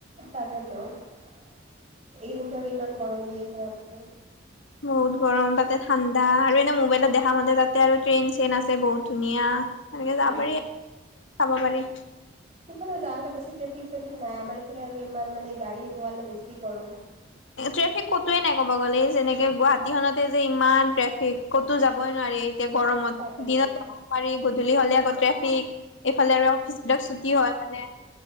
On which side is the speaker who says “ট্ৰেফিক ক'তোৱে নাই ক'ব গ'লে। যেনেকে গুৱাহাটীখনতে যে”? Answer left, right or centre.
Left